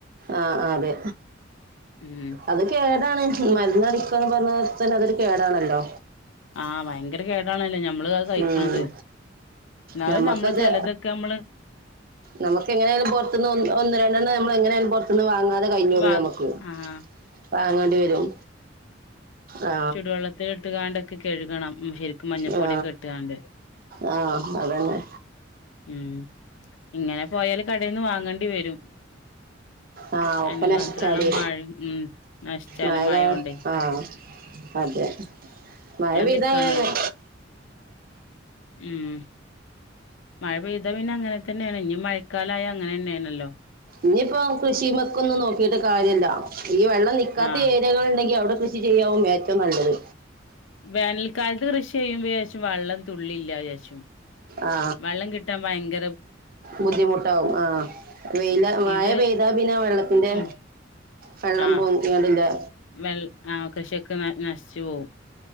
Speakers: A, on the right; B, on the left.
A: ആഹ് ആഹ് അതെ
B: ഉം
A: അത് കേടാണ് മരുന്നടി ന്ന് പറഞ്ഞ തന്നെ അതൊരു കേടാണല്ലോ
B: ആഹ് ഭയങ്കര കേടാണല്ലോ ഞമ്മള് അത് കയിക്കണത്
A: ഉം
B: ന്നാലും
A: ഞമ്മക്കത്
B: നമ്മള് ചിലതൊക്കെമ്മള്
A: നമുക്ക് എങ്ങനെയാലും പുറത്തുന്ന് ഒന്ന് ഒന്ന് രണ്ടെണ്ണം ഞമ്മള് എങ്ങനെയാലും പൊറത്തുന്ന് വാങ്ങാതെ കഴിഞ്ഞൂടൂലമ്മക്ക്
B: വാങ്ങ ആഹ്
A: വാങ്ങേണ്ടി വരും ആ
B: ചുടുവെള്ളത്തിലിട്ടു കാണ്ടൊക്കെ കഴുകണം ഉം ശരിക്കും മഞ്ഞപ്പൊടിയൊക്കെ
A: ആ
B: ഇട്ടുകാണ്ട്
A: ആ അതന്നെ
B: ഉം ഇങ്ങനെ പോയാല് കടേന്ന് വാങ്ങണ്ടി വരും
A: ആ
B: അയിന്
A: ഒക്കെ നശിച്ചാടി
B: മാത്രള്ള മഴ മ് നശിച്ചാലും
A: മഴ
B: മഴോണ്ട്
A: കാ- ആ അതെ മഴപെയ്ത
B: നിക്കാണ്
A: അങ്ങനെന്നെ
B: ഉം മ്മ് മഴ പെയ്താ പിന്നെ അങ്ങനെ തന്നെയാണ്. ഞ്ഞി മയക്കാലായ അങ്ങനെന്നെണല്ലോ
A: ഞ്ഞിപ്പോ കൃഷിമെക്കൊന്നും നോക്കിട്ട് കാര്യല്ല. ഈ വെള്ളം നിക്കാത്ത
B: ആഹ്
A: ഏരിയകള്ണ്ടെങ്കി അവിടെ കൃഷി ചെയ്യാവും ഏറ്റവും നല്ലത്.
B: വേനൽക്കാലത്ത് കൃഷി ചെയ്യുമ്പോചാരിച്ചു വെള്ളം തുള്ളില്ലചാരിച്ചു.
A: ആ
B: വള്ളം കിട്ടാഭയങ്ക
A: ബുദ്ധിമുട്ടാവും ആഹ് വെയിലാ മഴ
B: ഇത്
A: പെയ്താ പിന്നെ വെള്ളത്തിന്റെ
B: ഉം
A: വെള്ളം
B: ആഹ്
A: പൊങ്ങിയാണ്ട് ലേ
B: വെൾ ആഹ് കൃഷിയൊക്കെ ന നശിച്ചു പോവു